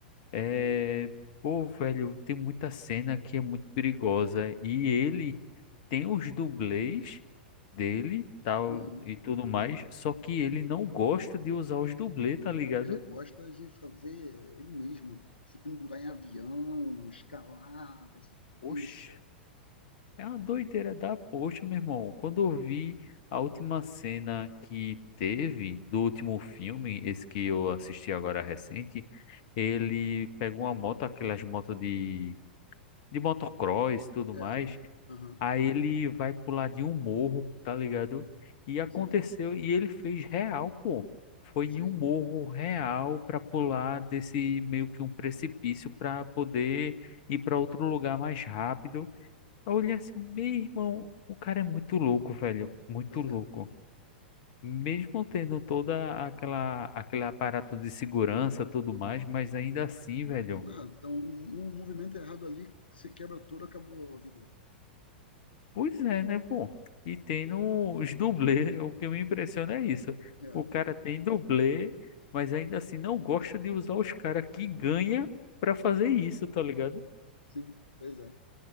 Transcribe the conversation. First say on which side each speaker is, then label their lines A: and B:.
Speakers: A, on the left; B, on the left.
A: É... Pô, velho, tem muita cena que é muito perigosa. E ele tem os dublês dele, tal,
B: Uhum.
A: e tudo mais. Só que ele não gosta de usar os dublês, tá ligado?
B: Ele gosta de fazer ele mesmo, se pendurar em avião, escalar precipício.
A: Oxi. É uma doideira da poxa, meu irmão. Quando eu vi a última cena que teve do último filme, esse que eu assisti agora recente, ele pega uma moto, aquelas motos de, de motocross e tudo
B: É.
A: mais,
B: Aham.
A: aí ele vai pular de um morro, tá ligado? E aconteceu,
B: Sim,
A: e ele fez real, pô. Foi
B: sim.
A: em um morro real pra pular desse meio que um precipício pra poder ir pra outro lugar mais rápido. Eu olhei assim, meu irmão, o cara é muito louco, velho, muito
B: Pois
A: louco.
B: é.
A: Mesmo tendo toda aquela aquele aparato de segurança, tudo mais, mas ainda assim, velho.
B: Não, então um, um movimento errado ali, se quebra tudo, acabou a vida.
A: Pois é, né, pô? E tendo os dublês, o que me impressiona é isso.
B: É.
A: O cara tem dublê, mas ainda assim não gosta de usar os caras que ganha pra fazer isso, tá ligado?
B: Sim, pois é.